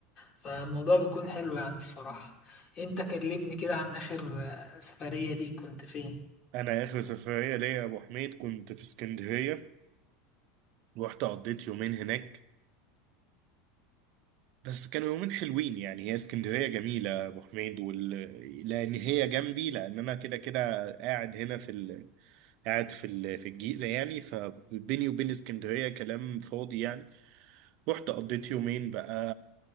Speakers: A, on the left; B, on the right.
A: فالموضوع بيكون حلو يعني الصراحة انت كلمني كده عن اخر آه، سفرية ليك كنت فين
B: انا اخر سفرية ليا يا ابو حميد كنت في اسكندرية رحت قضيت يومين هناك بس كانوا يومين حلوين يعني هي اسكندرية جميلة يا ابو حميد وال... لان هي جنبي لان انا كده كده قاعد هنا في ال... قاعد في ال- في الجيزة يعني فبيني وبين اسكندرية كلام فاضي يعني رحت قضيت يومين بقى